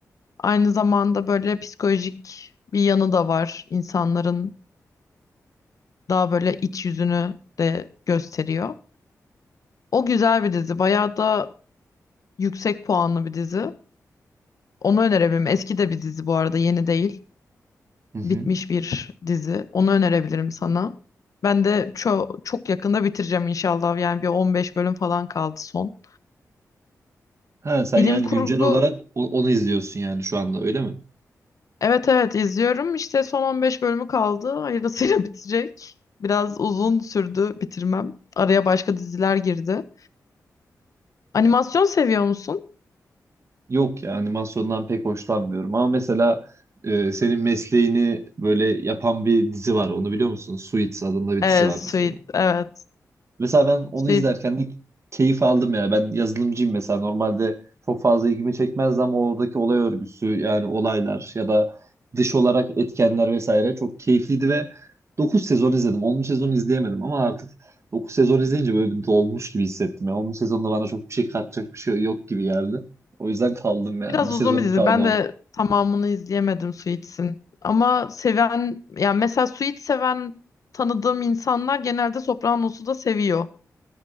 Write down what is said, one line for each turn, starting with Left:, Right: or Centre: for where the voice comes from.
Left: Aynı zamanda böyle psikolojik bir yanı da var insanların Daha böyle iç yüzünü de gösteriyor. O güzel bir dizi. Bayağı da yüksek puanlı bir dizi. Onu önerebilirim. Eski de bir dizi bu arada, yeni değil.
Right: Hı hı.
Left: Bitmiş bir dizi. Onu önerebilirim sana. Ben de çok çok yakında bitireceğim inşallah. Yani bir 15 bölüm falan kaldı son.
Right: Ha sen
Left: Bilim
Right: yani
Left: kurgu
Right: güncel olarak o- onu izliyorsun yani şu anda öyle mi?
Left: evet evet izliyorum. İşte son 15 bölümü kaldı. Hayırlısıyla <laughs> bitecek. Biraz uzun sürdü bitirmem. Araya başka diziler girdi. Animasyon seviyor musun?
Right: Yok ya animasyondan pek hoşlanmıyorum ama mesela e, senin mesleğini böyle yapan bir dizi var. Onu biliyor musun? Suits adında bir
Left: Evet,
Right: dizi var
Left: Sweet.
Right: mesela.
Left: Evet.
Right: Mesela ben onu
Left: Suits
Right: izlerken de keyif aldım ya. Ben yazılımcıyım mesela. Normalde çok fazla ilgimi çekmezdi ama oradaki olay örgüsü yani olaylar ya da dış olarak etkenler vesaire çok keyifliydi ve 9 sezon izledim. 10. sezonu izleyemedim ama artık 9 sezon izleyince böyle bir dolmuş gibi hissettim. Yani 10. sezonda bana çok bir şey katacak bir şey yok gibi geldi. O yüzden kaldım yani.
Left: biraz
Right: Bir
Left: uzun
Right: sezonum
Left: bir dizi.
Right: kaldı
Left: Ben
Right: ama.
Left: de tamamını izleyemedim Suits'in. Ama seven, yani mesela Suits seven tanıdığım insanlar genelde Sopranos'u da seviyor.